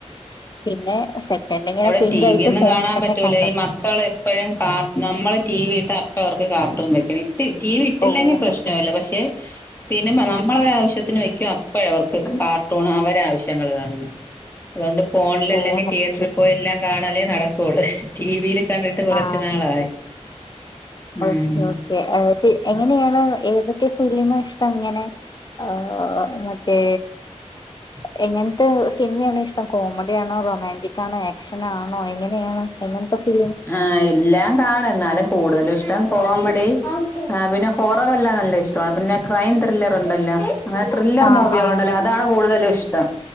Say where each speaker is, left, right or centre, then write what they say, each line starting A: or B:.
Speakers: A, on the left; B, on the left.
A: പിന്നെ സെക്കൻഡ് ഇങ്ങനെ
B: അവിടെ
A: പ്രിന്റായിട്ട്
B: ടി വി ഒന്നും
A: ഫോണിൽ
B: കാണാൻ
A: തന്നെ
B: പറ്റൂല
A: കണ്ടു.
B: ഈ മക്കൾ എപ്പോഴും കാ നമ്മള് ടി വി ഇട്ട അപ്പ അവർക്ക് കാർട്ടും വക്കണ തീ വിട്ടില്ലെങ്കിൽ
A: ഓ
B: പ്രശ്നല്ല
A: ഓക്കെ
B: പക്ഷേ. സിനിമ നമ്മളെ ഒര് ആവശ്യത്തിന് വെക്കും അപ്പോഴ അവർക്ക് കാർട്ടൂണ് അവര ആവശ്യങ്ങള്ൾ കാണണം. അതുകൊണ്ട് ഫോണില് അല്ലെങ്കിൽ
A: ഓ ഓക്കെ
B: തിയേറ്ററിൽ പോയി എല്ലാം കാണാലേ നടക്കുള്ളൂ. ടി വിയിൽ കണ്ടിട്ട് കൊറച്ചു
A: ആ
B: നാളായി. ഉം
A: ഓക്കെ ഓക്കേ എ ച്ചി എങ്ങനെയാണ് ഏതൊക്കെ ഫിലിം ഇഷ്ടം ഇങ്ങനെ. ആഹ് മറ്റേ.
B: <inaudible>
A: എങ്ങനത്തെ സിനിമയാണ് ഇഷ്ടം കോമഡിയാണോ റൊമാൻറിക്കാണോ ആക്ഷനാണോ എങ്ങനെയാണ്? എങ്ങനത്തെ ഫീ
B: ആഹ് ഇല്ലാ. കാണ എന്നാലും കൂടുതലും ഇഷ്ടം കോമഡി ആഹ് പിന്നെ ഹോറർ എല്ലാം നല്ല ഇഷ്ടമാണ് പിന്നെ. ക്രൈം ത്രില്ലറ്ണ്ടല്ലോ. അങ്ങനെ ത്രില്ലർ
A: ആഹ്
B: മൂവികളുണ്ടല്ലോ
A: ആഹ്
B: അതാണ് കൂടുതലും ഇഷ്ടം